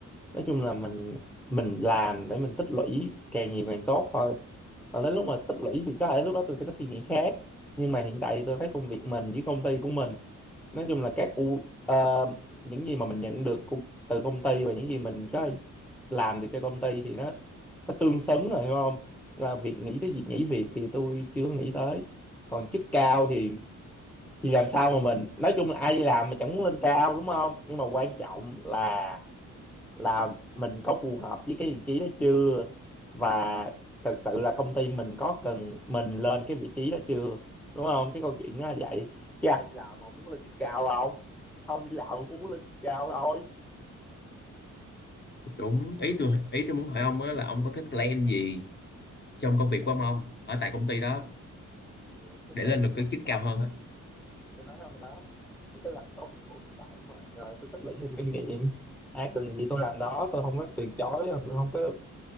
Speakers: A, in the centre; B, on the left.
A: nói chung là mình mình làm để mình tích lũy càng nhiều càng tốt thôi còn đến lúc mà tích lũy thì có thể lúc đó tôi sẽ có suy nghĩ khác nhưng mà hiện tại thì tôi thấy công việc mình với công ty của mình nói chung là các u ờ, những gì mà mình nhận được của, từ công ty và những gì mình có làm được cho công ty thì nó nó tương xứng rồi hiểu không là việc nghĩ tới việc nhảy việc thì tôi chưa nghĩ tới còn chức cao thì thì làm sao mà mình nói chung là ai đi làm mà chẳng muốn lên cao đúng không nhưng mà quan trọng là là mình có phù hợp với cái vị trí đó chưa và thật sự là công ty mình có cần mình lên cái vị trí đó chưa đúng không cái câu chuyện nó là vậy chứ ai đi làm mà muốn lên chức cao không không đi làm mà cũng muốn lên chức cao thôi
B: đúng ý tôi ý tôi muốn hỏi ông á là ông có cái plan gì trong công việc của ông không ở tại công ty đó
A: thì cái
B: để
A: plan
B: lên được
A: của
B: cái
A: tôi
B: chức cao
A: đó
B: hơn á
A: thì tôi nói rồi đó tôi cứ làm tốt nhiệm vụ hiện tại của mình rồi tôi tích lũy thêm kinh nghiệm ai cần gì tôi làm đó tôi không có từ chối tôi không có nói